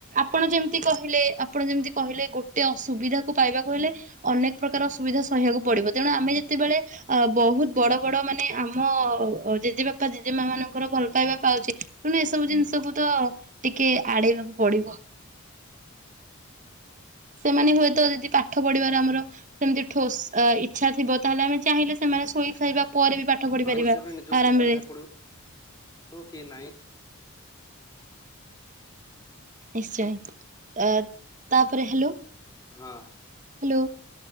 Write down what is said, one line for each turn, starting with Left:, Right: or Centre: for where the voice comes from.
Right: ଆପଣ ଯେମିତି କହିଲେ ଆପଣ ଯେମିତି କହିଲେ ଗୋଟେ ସୁବିଧା କୁ ପାଇବାକୁ ହେଲେ ଅନେକ ପ୍ରକାର ସୁୁବିଧା ସହିବାକୁ ପଡିବ ତେଣୁ ଆମେ ଯେତେବେଳେ ଅ ବହୁତ ବଡ ବଡ ମାନେ ଆମ ଜେଜେ ବାପା ଜେଜେ ମା ମାନଙ୍କର ଭଲ ପାଇବା ପାଉଛି। ତେଣୁ ଏସବୁ ଜିନିଷକୁ ତ ଟିକେ ଆଡେଇବାକୁ ପଡିବ। ସେମାନେ ହୁଏତ ଯଦି ପାଠ ପଢିବାର ଆମର ସେମିତି ଠୋସ ଇଚ୍ଛା ଥିବ ତାହେଲେ ଆମେ ଚାହିଁଲେ ସେମାନେ ଶୋଇ ଫାଇବା ପରେ ବି ପାଠ ପଢି ପାରିବା
Left: ହିସାବରେ ନିଜକୁ
Right: ଆରାମରେ
Left: ପ୍ରିପେୟାର କରିବାକୁ ପଡିବ କି ନାହିଁ।
Right: ନିଶ୍ଚୟ ଅ ତାପରେ ହ୍ୟାଲୋ
Left: ହଁ
Right: ହ୍ୟାଲୋ